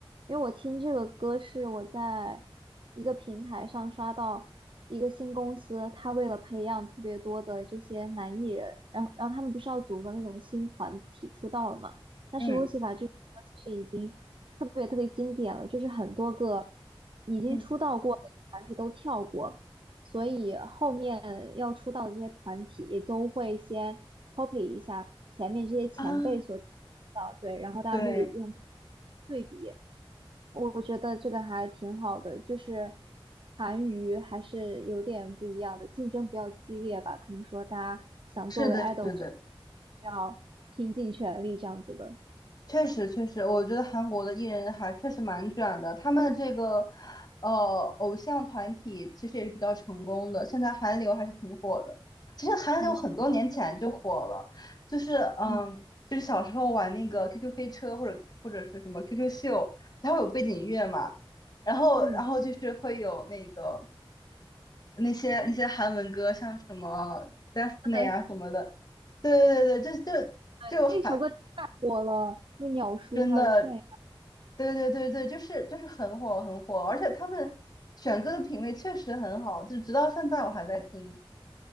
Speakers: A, on the right; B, on the left.
A: 因为我听这个歌是我在一个平台上刷到一个新公司，他为了培养特别多的这些男艺人，然后然后他们不是要组合那种新团体出道了嘛？但是
B: 嗯
A: Lucifer 这首歌其实已经特别特别经典了，就是很多个已经出道过的团体都跳过。
B: 嗯
A: 所以后面要出道的这些团体都会先 copy 一下前面这些前辈所提到，
B: 啊，
A: 对，然后大家会用
B: 对，
A: 对比，我觉得这个还挺好的，就是韩娱还是有点不一样的，竞争比较激烈吧，可能说大家想作为
B: 是的，
A: idol
B: 是的，
A: 需要拼尽全力这样子的，
B: 确实，确实，我觉得韩国的艺人还确实蛮卷的。他们这个，呃，偶像团体其实也是比较成功的。现在韩流还是挺火的。其实韩流很多年前就火了，
A: 没错，
B: 就是嗯，
A: 嗯
B: 就是小时候玩那个 QQ 飞车或者或者是什么 QQ 秀，它会有背景音乐嘛，然后然后就是会有那个
A: 嗯，
B: 那些那些韩文歌，像什么 Destiny
A: 那么
B: 啊什么的。对对对，就就就还
A: 对，这首歌太火了，那鸟叔还有泫雅。
B: 真的对对对对，就是就是很火很火，而且他们选歌的品味确实很好，就直到现在我还在听。